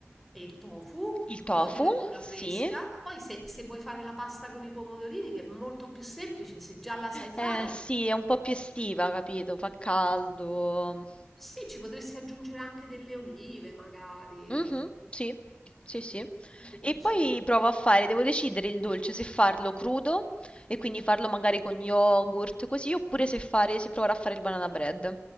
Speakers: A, in the centre; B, on the left.
A: E il tofu,
B: Il
A: un
B: tofu,
A: po' di verdura
B: sì.
A: fresca, poi se, se vuoi fare la pasta con i pomodorini, che è molto più semplice, se già la sai fare,
B: Eh sì, è un po' più estiva, capito? Fa caldo.
A: sì, ci potresti aggiungere anche delle olive, magari.
B: Mhm, sì, sì, sì.
A: Che ne dici?
B: E poi provo a fare, devo decidere il dolce se farlo crudo e quindi farlo magari con yogurt, così, oppure se fare, se provare a fare il banana bread.